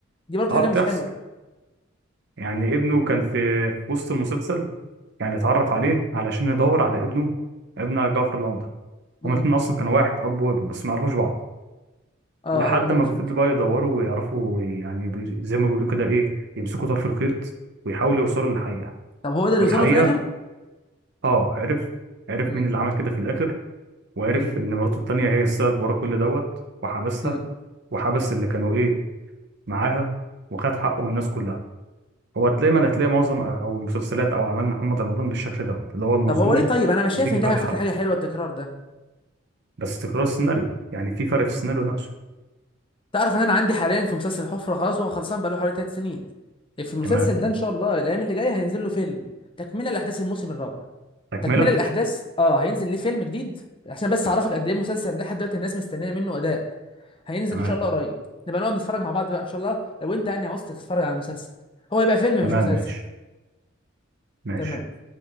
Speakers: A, on the left; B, on the right.
A: دي برضو
B: اه
A: حاجه
B: بتحصل
A: مش حلوه
B: يعني ابنه كان في في وسط المسلسل يعني اتعرف عليه علشان يدور على ابنه ابن جعفر العمدة
A: امم
B: هما الاتنين أصلا كانوا واحد أب وابن بس ما يعرفوش بعض
A: اه
B: لحد
A: ايوه ايوه
B: ما
A: فهمتك
B: فضلوا بقى يدوروا ويعرفوا يعني بي- زي ما بيقولوا كده إيه يمسكوا طرف الخيط ويحاولوا يوصلوا للحقيقة
A: طب هو قدر
B: والحقيقة
A: يوصل له في الاخر
B: آه عرف عرف
A: امم
B: مين اللي عمل كده في الآخر وعرف
A: امم
B: إن مراته التانية هي السبب ورا كل دوت وحبسها
A: امم
B: وحبس اللي كانوا إيه معاها وخد حقه من الناس كلها هو هتلاقي ما هتلاقي معظم او المسلسلات او اعمال محمد رمضان بالشكل دوت اللي هو المظلوم
A: طب هو ليه طيب انا مش شايف
B: اللي بيجي
A: ان دي
B: في
A: على
B: اخر
A: فكره
B: حلقه
A: حاجه حلوه التكرار ده
B: بس تكرار السيناريو يعني في فرق في السيناريو
A: امم
B: نفسه
A: تعرف ان انا عندي حاليا في مسلسل حفره خلاص هو خلصان بقاله حوالي ثلاث سنين في المسلسل
B: تمام
A: ده ان شاء الله الايام اللي جايه هينزل له فيلم تكمله لاحداث الموسم الرابع
B: تكمله
A: تكملة الأحداث اه هينزل ليه فيلم جديد عشان بس أعرفك قد إيه المسلسل ده لحد دلوقتي الناس مستنية منه أداء هينزل
B: تمام
A: إن شاء الله قريب نبقى نقعد نتفرج مع بعض بقى إن شاء الله لو أنت يعني عاوز تتفرج على مسلسل هو يبقى فيلم
B: تمام
A: مش مسلسل
B: ماشي ماشي
A: تمام